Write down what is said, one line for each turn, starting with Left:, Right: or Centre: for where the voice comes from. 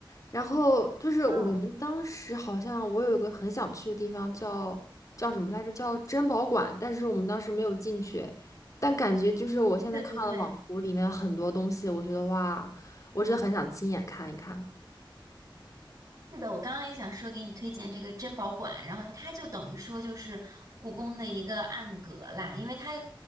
Left: 然后就是我们当时好像我有一个很想去的地方叫叫什么来着？
Right: 嗯，
Left: 叫珍宝馆，但是我们当时没有进去。但感觉就是我现在看了网图里面很多东西，
Right: 对对对。
Left: 我觉得哇，我真的很想亲眼看一看。
Right: 是的，我刚刚也想说给你推荐这个珍宝馆，然后它就等于说就是故宫的一个暗格啦，因为它要